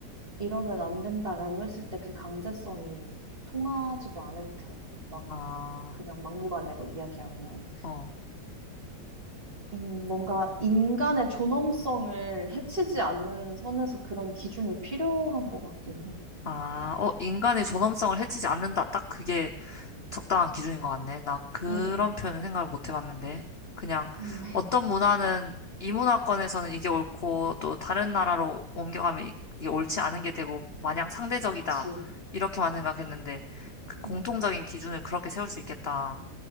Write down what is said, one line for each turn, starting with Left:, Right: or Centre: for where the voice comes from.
Right: 이러면 안 된다라고 했을 때 그 강제성이 통하지도 않을 테고, 막
Left: 아,
Right: 그냥 막무가내로 이야기하면.
Left: 어.
Right: 음, 뭔가 인간의 존엄성을 해치지 않는 선에서 그런 기준이 필요한 것 같긴 해.
Left: 아, 어, 인간의 존엄성을 해치지 않는다. 딱 그게 적당한 기준인 것 같네. 나 그런
Right: 음,
Left: 표현은 생각을 못 해봤는데. 그냥
Right: 음, <laughs>
Left: 어떤 문화는 이 문화권에서는 이게 옳고 또 다른 나라로 옮겨가면 이- 그게 옳지 않은 게 되고 마냥 상대적이다.
Right: 그치.
Left: 이렇게만 생각했는데 그 공통적인
Right: 음,
Left: 기준을 그렇게 세울 수 있겠다.